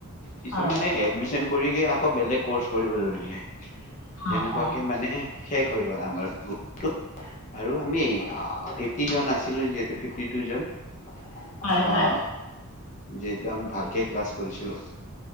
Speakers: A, on the left (about 35°); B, on the left (about 65°).
A: কিছুমানে
B: অ
A: এডমিন আকৌ বেলেগ কৰ্চ কৰিব ধৰিলে।
B: অ
A: তেনেকুৱাকে মানে শেষ হৈ গ'ল আমাৰ গু আৰু আমি এই ফিফটি জন আছিলো যিহেতু ফিফটি টু জন। আহ।
B: হয় হয়
A: যিহেতু আমি ভালকে ক্লাছ কৰিছিলো।